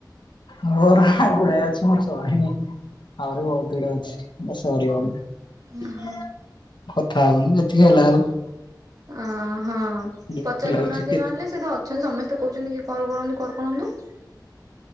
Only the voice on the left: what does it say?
ମୋର ଗୁଡ଼ାଏ ଅଛି ମୋର ସରିନି ଆହୁରି ବହୁତ ଗୁଡ଼େ ଅଛି। ମୋର ସରିବନି
କଥା ହବନି ଯେତିକି ହେଲା ହେଲା।
ବିରକ୍ତି
ଲାଗୁଛି